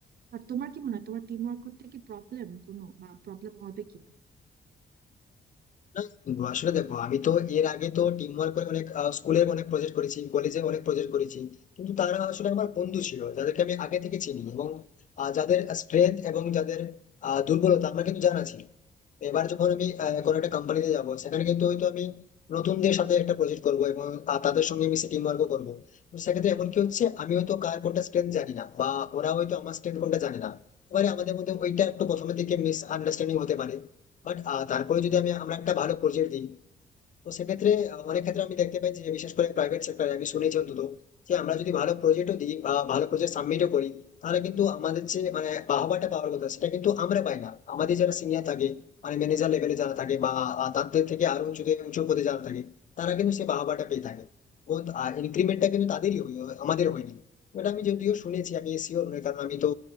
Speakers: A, on the right; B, on the left.
A: আর তোমার কি মনে হয় তোমার টিম ওয়ার্ক করতে কি প্রবলেম কোনো বা প্রবলেম হবে কি
B: না বন্ধু, আসলে দেখো আমি তো এর আগে তো টিম ওয়ার্ক করে অনেক স্কুলে অনেক প্রজেক্ট করেছি কলেজে অনেক প্রজেক্ট করেছি কিন্তু তারা আসলে আমার বন্ধু ছিল যাদেরকে আমি আগে থেকে চিনি এবং আহ, যাদের স্ট্রেংথ এবং যাদের আহ, দুর্বলতা আমার কিন্তু জানা ছিল এবার যখন আমি আহ, কোনো একটা কোম্পানিতে যাব সেখানে কিন্তু হয়তো আমি নতুনদের সাথে একটা প্রজেক্ট করব এবং তা- তাদের সঙ্গে মিশে টিম ওয়ার্কও করবো তো সেক্ষেত্রে এমন কি হচ্ছে আমি হয়তো কার কোনটা স্ট্রেংথ জানি না বা ওরা হয়তো আমার স্ট্রেংথ কোনটা জানে না এবারে আমাদের মধ্যে ওইটা একটু প্রথমের দিকে মিস আন্ডারস্ট্যান্ডিং হতে পারে বাট তারপরে যদি আমি আমরা একটা ভালো প্রজেক্ট দিই তো সেক্ষেত্রে আহ, অনেক ক্ষেত্রে আমি দেখতে পাই যে বিশেষ করে প্রাইভেট সেক্টরে আমি শুনেছি অন্তত যে আমরা যদি ভালো প্রজেক্টও দিই বা ভালো প্রজেক্ট সাবমিটও করি তাহলে কিন্তু আমাদের যে মানে বাহবাটা পাওয়ার কথা সেটা কিন্তু আমরা পাই না আমাদের যারা সিনিয়র থাকে মানে ম্যানেজার লেভেলে যারা থাকে বা আহ, তাদের থেকে আরো উঁচু উঁচু পদে যারা থাকে তারা কিন্তু সে বাহবাটা পেয়ে থাকে এবং ইনক্রিমেন্টটা কিন্তু তাদেরই হয় আমাদের হয়নি ওটা আমি যদিও শুনেছি আমি শিওর নই কারণ আমি তো